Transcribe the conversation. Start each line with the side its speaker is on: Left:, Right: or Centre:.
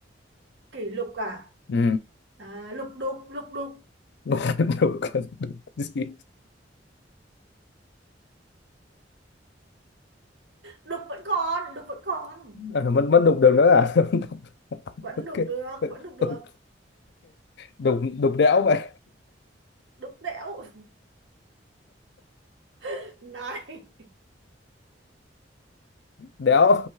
Right: kỷ lục à
Left: ừ
Right: À, lục đục lục đục
Left: <laughs> đục đục cái gì
Right: đục vẫn còn đục vẫn còn
Left: à, mất mất đục đường nữa à <laughs>
Right: vẫn
Left: ok
Right: đục được vẫn đục được
Left: ok đục đục đẽo vậy
Right: đục đẽo <laughs> này
Left: đẽo